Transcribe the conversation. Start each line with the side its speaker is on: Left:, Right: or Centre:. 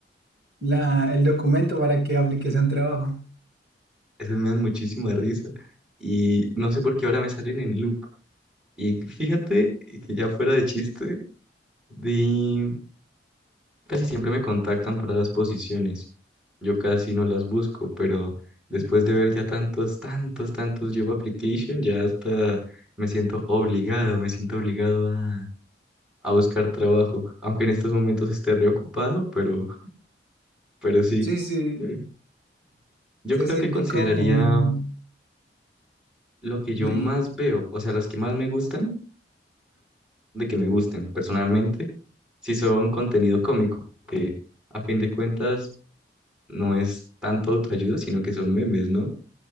Right: la, el documento para que apliques a un trabajo.
Centre: Esas me dan muchísima risa. Y no sé por qué ahora me salen en loop. Y fíjate que ya fuera de chiste, de... casi siempre me contactan para las posiciones. Yo casi no las busco, pero después de ver ya tantos, tantos, tantos job application, ya hasta me siento obligado, me siento obligado a, a buscar trabajo. Aunque en estos momentos esté reocupado, pero, pero sí.
Right: Sí, sí,
Centre: <laughs> Yo
Right: se
Centre: creo
Right: siente
Centre: que consideraría
Right: como un...
Centre: Lo que yo
Right: Dime.
Centre: más veo, o sea, las que más me gustan, de que me gusten personalmente, si son contenido cómico, que a fin de cuentas no es tanto autoayuda, sino que son memes, ¿no?